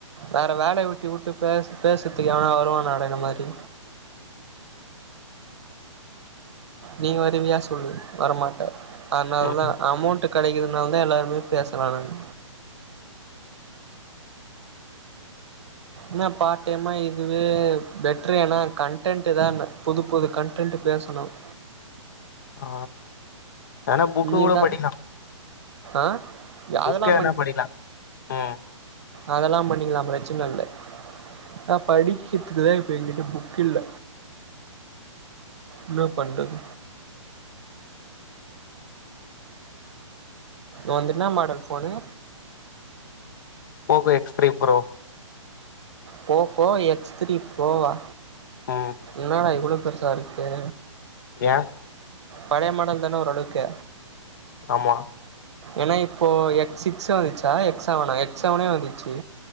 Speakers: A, on the right; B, on the left.
A: வேற வேலைய விட்டி விட்டு பே பேசுறதுக்கு எவனா வருவானடா இந்த மாரி நீ வரவியா சொல்லு வரமாட்ட அதனால
B: ம்
A: தா அமௌண்ட் கிடைக்கிறனால தா எல்லாருமே பேசுறானுங்க என்ன பார்ட் டைமா இதுவே பெட்டரு ஏன்னா கன்டன்ட் தா புது புது கன்டன்ட் பேசணும்
B: ஆ ஆனா புக்கு
A: நீதா
B: கூட படிக்கலா
A: ஆ
B: புக்
A: அதெல்லா
B: எதுனா படிக்லாம் ம்
A: அதெல்லாம் பண்ணிக்கலாம் பிரச்சனை இல்ல ஆ படிக்கிறதுக்கு தா இப்ப எங்கிட்ட புக் இல்ல என்ன பண்றது வந்துனா என்ன மாடல் போன்னு
B: Poco X three bro
A: Poco X three போவா
B: ம்
A: என்னட இவ்ளோ ஃப்ரெஷ்ஷா இருக்கே
B: யா
A: பழைய மாடல் தானே ஒரு அளவுக்கு
B: ஆமா
A: ஏன்னா இப்போ எக் சிக்ஸ் வந்துச்சா எக் செவன எக்ஸ் செவனே வந்துச்சு